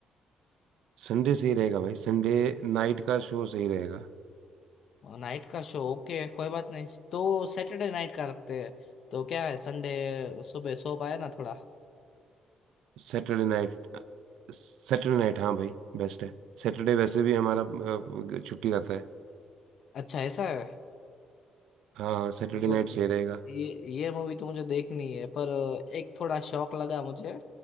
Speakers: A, on the right; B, on the left.
A: संडे सही रहेगा भाई संडे नाइट का शो सही रहेगा
B: नाइट का शो ओके कोई बात नहीं तो सैटरडे नाइट का रखते हैं तो क्या है संडे सुबह सो पाए ना थोड़ा
A: सैटरडे नाइट सैटरडे नाइट हाँ भाई बेस्ट है सैटरडे वैसे भी हमारा अ, छुट्टी रहता है
B: अच्छा ऐसा है
A: हाँ सैटरडे
B: ओके
A: नाइट
B: तो
A: सही रहेगा
B: ये ये मूवी तो मुझे देखनी है पर एक थोड़ा शौक लगा मुझे